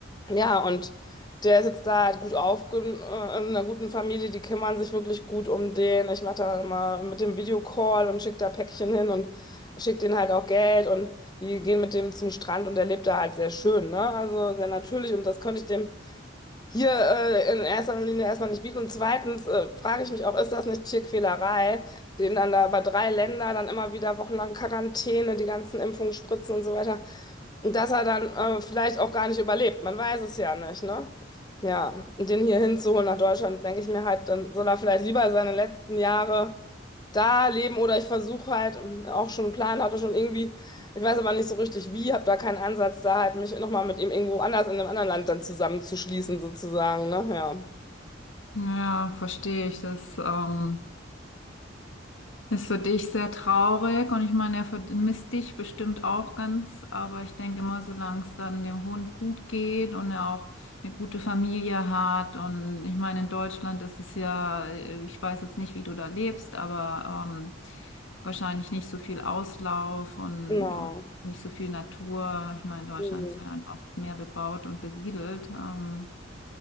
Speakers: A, on the left; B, on the left.
A: ja, und der ist jetzt da halt gut aufge äh, in einer guten Familie, die kümmern sich wirklich gut um den. Ich mache da immer mit dem Videocall und schicke da Päckchen hin und schicke denen halt auch Geld und die gehen mit dem zum Strand und der lebt da halt sehr schön, ne? Also sehr natürlich und das könnte ich dem hier äh, in erster Linie erstmal nicht bieten. Und zweitens äh, frage ich mich auch, ist das nicht Tierquälerei, den dann da über drei Länder dann immer wieder wochenlang Quarantäne, die ganzen Impfungen, Spritzen und so weiter. Und dass er dann äh, vielleicht auch gar nicht überlebt. Man weiß es ja nicht, ne? Ja, und den hier hinzuholen nach Deutschland, denke ich mir halt, dann soll er vielleicht lieber seine letzten Jahre da leben oder ich versuche halt, ähm, auch schon einen Plan hatte, schon irgendwie, ich weiß aber nicht so richtig wie, habe da keinen Ansatz, da halt mich nochmal mit ihm irgendwo anders in einem anderen Land dann zusammenzuschließen, sozusagen, ne? Ja,
B: Ja, verstehe ich. Das ähm, ist für dich sehr traurig und ich meine, er vermisst dich bestimmt auch ganz, aber ich denke immer, solange es dann dem Hund gut geht und er auch eine gute Familie hat und ich meine, in Deutschland ist es ja, äh, ich weiß jetzt nicht, wie du da lebst, aber ähm, wahrscheinlich nicht so viel Auslauf und,
A: genau.
B: und nicht so viel Natur. Ich meine, Deutschland
A: Mhm.
B: ist halt einfach mehr bebaut und besiedelt. Ähm,